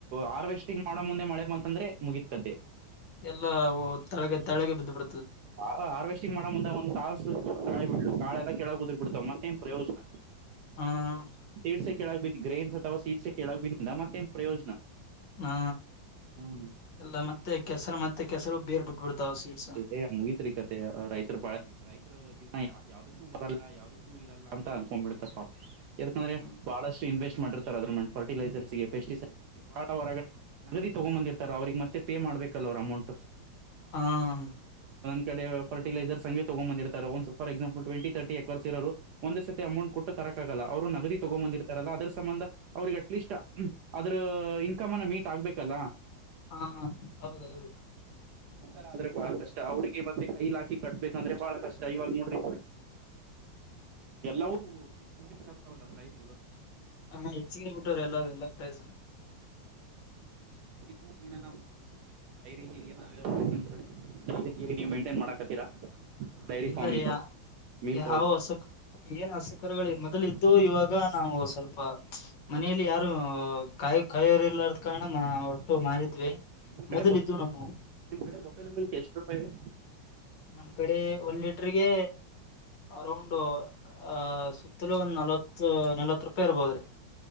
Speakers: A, on the right (about 70°); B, on the left (about 65°).
A: ಹಾರ್ವೆಸ್ಟಿಂಗ್ ಮಾಡ್ <unintelligible> ಮುಂದೆ ಮಳೆ ಬಂತಂದ್ರೆ ಮುಗೀತ್ ಕತೆ.
B: ಎಲ್ಲಾವು ತಳಗೆ ತಳ್ಳಗೆ ಬಿದ್ಬಿಡ್ತು.
A: ಹ ಆರ್ವೆಸ್ಟ್. ಹೆಚ್ಚಿಗಿ ಮಾಡ ಮುಂದ ಒಂದು ತಾಸ ಗಾಳಿ ಬಿಲು ಗಾಳಿದಾಗ ಕೆಳಗ ಉದರಿ ಬಿಡ್ತವ ಮತ್ತೇನ್ ಪ್ರಯೋಜನ.
B: ಹ್ಮ
A: ಸೀಡ್ಸೆ ಕೇಳಕ್ ಬಿದ್ ಗ್ರೇನ್ಸ್ ಅಥವಾ ಸೀಡ್ಸೆ ಕೇಳಕ್ ಬಿಡ್ಡಿಂದ ಮ್ಮತ್ತೇನ್ ಪ್ರಯೋಜನ.
B: ಹಾ
A: ಹ್ಮ್
B: ಎಲ್ಲ ಮತ್ತೆ ಕೆಸರ ಮತ್ತೆ. ಕೆಸರು ಬೇರ್ ಬಿಟ್ಬಿಡ್ತಾವ ಸೀಡ್ಸ್
A: ಹೇ ಮುಗತ್ರಿ ಕತೆ ರೈತರು ಬಾಳರೀ ರೈತ್ <unintelligible> ರು ಜೀವನ ಯ ಯಾವದಕ್ಕೂ ಬರಲ್ಲ ಯಾವ್ದದಕ್ಕೂ ಇರಲ್ಲ ಅಂತ ಅನ್ಕೊಂಡ್ಬಿಡ್ತ ಪಾಪ ಯಾಕಂದ್ರೆ
B: ಹಾ
A: ಬಹಳಷ್ಟು ಇನ್ವೆಸ್ಟ್ ಮಾಡಿರ್ತಾರೆ ಅದ್ರ ಪಾರ್ಟಿ ಲೈಸರ್ಸ್ಗೆ ಪೆಸ್ಟಿಸೈಡ್ಸ್ಗೆ ಬಹಳ ಹೊರಗಡೆ ನಗದಿ ತಗೊಂಡ ಬಂದಿತಾರೆ ಅವರಿಗೆ ಮತ್ತೆ ಪೇ ಮಾಡಿ. ಮಾಡ್ಬೇಕಲ್ಲ ಅವ್ರ ಅಮೌಂಟ್.
B: ಹಾಂ
A: ನಮ್ ಕಡೆ ಫರ್ಟಿಲೈಜರ್ ಅಂಗೆ ತಗೊಂಡ ಬಂದಿರ್ತಾರೆ ಒಂದು ಸಫರ ಎಕ್ಝಾಂಪಲ್ ಟ್ವೆಂಟಿ ತರ್ಟಿ ಎಕ್ಕರ್ಸ್ ಇರೋರು ಒಂದ ಸತಿ ಅಮೌಂಟ್ ಕೊಟ್ಟು. ಆಗಲ್ಲ ಅವರು ನಗದಿ ತಗೊಂಡ ಬಂದಿರ್ತಾರಲ್ಲ ಅದ್ರ ಸಂಬಂಧ ಅವ್ರಿಗೆ ಅಟ್ಲೀಸ್ಟ್ ಅದ್ರ ಇನ್ಕಮ್ ಅನ್ನ ಮೀಟ್ ಆಗ್ಬೇಕಲ್ಲಾ.
B: ಅಹಾ ಹೌದೌದು.
A: ಈ ಆದ್ರೆ ಬಹಳ ಕಷ್ಟ ಅವ್ರಿಗೆ ಮತ್ತೆ ಕೈಲಾಕಿ ಕಟ್ಬೇಕಂದ್ರೆ ಬಹಳ ಕಷ್ಟ ಇವಾಗ ನೋಡ್ರಿ. ಎಲ್ಲವೂ ಇನ್ಕ್ರೀಸ್ ಆಗ್ತಾವಲ್ಲ ಪ್ರೈಜಗಳು.
B: ಹಾ ಹೆಚ್ಚಿಗೆ ಹೇರ್ ಬಿಟ್ಟವ್ರೆ ಎಲ್ಲ ಎಲ್ಲ ಪ್ರೈಸು.
A: ನಿಮ್ಮ ಏನಾನಂ ಡೈರಿ ಗೀರಿಯಾವ <unintelligible> ಡೈರಿ ಗಿರಿ ನೀವು ಮೈಂಟೈನ್ ಮಾಡಕತ್ತೀರಾ. ಡೈರಿ
B: ಇಲ್ಲ
A: ಫಾರ್ಮಿಂಗ್
B: ಯ
A: ಮಿಲ್ಕ್
B: ಯಾವ
A: ಪೌಡ್
B: ಅಸಕ್ ಏನು ಅಸಕರುಗಳು ಮೊದಲು ಇದ್ <unintelligible> ವು ಇವಾಗ ನಾವು ಸ್ವಲ್ಪ ಮನೆಯಲ್ಲಿ ಯಾರು. ಹಾ ಕಾಯಿ ಕಾಯೋರ್ ಇಲ್ಲಾದ್ ಕಾರಣ ಒಟ್ಟು ಮಾರಿದ್ವಿ.
A: ನಿಮ್ ಕಡೆ
B: ಮೊದಲಿದ್ದು
A: ಬ
B: ನಮ್ಮ
A: ನಿಮ್ ಕಡೆ ಬಫೆಲೋ ಮಿಲ್ಕ್ ಎಷ್ಟ ರೂಪಾಯ ಇರಿ.
B: ನಮ್ಮ್ ಕಡೆ ಒಂದು ಲೀಟರ್ಗೆ ಅರೌಂಡ್ ಅ ಸುತ್ತಲೂ ಒಂದ್ ನಲ್ವತ್ತು. ತು ನಲ್ವತ್ ರೂಪಾಯಿ ಇರ್ಬೋದ್ರಿ.